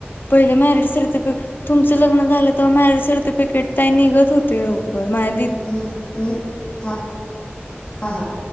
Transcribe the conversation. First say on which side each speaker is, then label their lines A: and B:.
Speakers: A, on the left; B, on the left.
A: पहिले मॅरीड सरतीफीकीट तुमचं लग्न झालं तवा, मॅरिज सर्टिफिकेट ताय निघत होते लवकर. माह्या दिदिन
B: हू हू. हां हां हां.